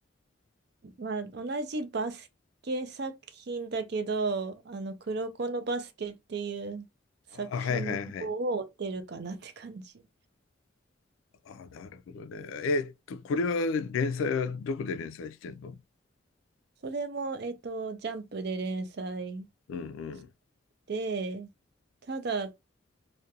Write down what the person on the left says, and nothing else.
あ、はいはいはい。あ、なるほどね。えっと、これは連載はどこで連載してんの
うんうん